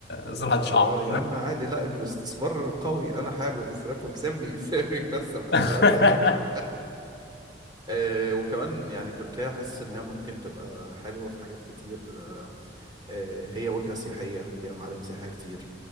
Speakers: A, on the left; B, on the right.
A: زراعة
B: زراعة
A: شعر
B: يا عم عادي لا استثمار قوي انا حابب اصرفهم سيبني <laughs> سيبني بس اما تبقى
A: <laughs>
B: قد هتفهم آه، وكمان يعني تركيا حاسس ان هي ممكن تبقى حلوة في حاجات كتير آه، آه، هي وجهة سياحية فيها معالم سياحية كتير